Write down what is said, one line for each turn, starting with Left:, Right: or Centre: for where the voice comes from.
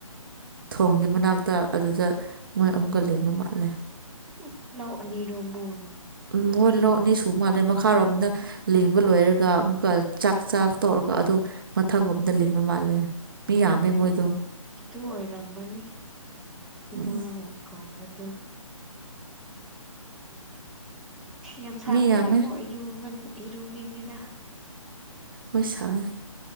Right: ꯊꯣꯡꯒꯤ ꯃꯅꯥꯛꯇ ꯑꯗꯨꯗ ꯃꯣꯏ ꯑꯃꯨꯛꯀ ꯂꯤꯡꯕ ꯃꯥꯜꯂꯦ
Centre: ꯎꯝ ꯂꯧ ꯑꯅꯤꯔꯣ‌ ꯃ‌ꯣꯏ
Right: ꯎꯝ ꯃꯣꯏ ꯂꯧ ꯑꯅꯤ ꯁꯨ ꯃꯥꯜꯂꯦ ꯃꯈꯥꯔꯣꯝꯗ ꯂꯤꯡꯕ ꯂꯣꯏꯔꯒ ꯑꯃꯨꯛꯀ ꯆꯥꯛ ꯆꯥꯕ ꯇ‌ꯣꯛꯔꯒ ꯑꯗꯨ ꯃꯊꯛꯔꯣꯝꯗ ꯂꯤꯡꯕ ꯃꯥꯜꯂꯦ ꯃꯤ ꯌꯥꯝꯃꯦ
Centre: ꯑꯣ
Right: ꯃꯣꯏꯗꯣ
Centre: ꯑꯗꯨ ꯑꯣꯏꯔꯝꯃꯅꯤ ꯏꯃꯥꯕꯨ
Right: ꯎꯝ
Centre: ꯀꯧꯕꯗꯨ ꯌꯥꯝ ꯁꯥꯕꯒꯤ
Right: ꯃꯤ ꯌꯥꯝꯃꯦ
Centre: ꯑꯃ ꯏꯔꯨꯕꯅꯤ ꯏꯔꯨꯅꯤꯡꯉꯤꯗ
Right: ꯍꯣꯏ ꯁꯥꯔꯦ